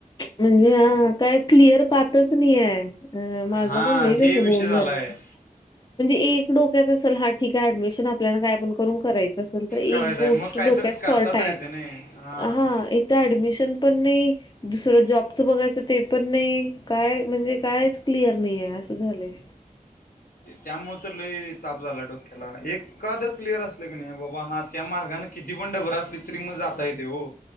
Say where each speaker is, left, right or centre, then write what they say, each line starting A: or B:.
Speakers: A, on the left; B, on the left.
A: म्हणजे हा काय क्लि अर पहातच नाही आहे अ माझं
B: हां
A: पण लेई
B: हे
A: तस बोन
B: विषय झाला
A: झालं.
B: आहे
A: म्हणजे एक डोक्यात असल हा ठीक आहे ऍडमिशन आपल्याला काय पण करून करायचंच. एक
B: करायचा
A: गोष्ट
B: आहे मग काय
A: डोक्यात
B: तर
A: सॉर्ट
B: करता
A: आहे
B: तर येते नाही हां
A: हा इथं ऍडमिसशन पण नाही दुस जॉबचं बघायचं ते पण नाही काय म्हणजे कायच क्लिअर नाही आहे असं झालंय.
B: त्यामुळे तर लय ताप झाला डोक्याला एखादं क्लिअर असले की नाही बाबा हा त्या मार्गाने किती पण डबर असली तरी मग जाता येते हो.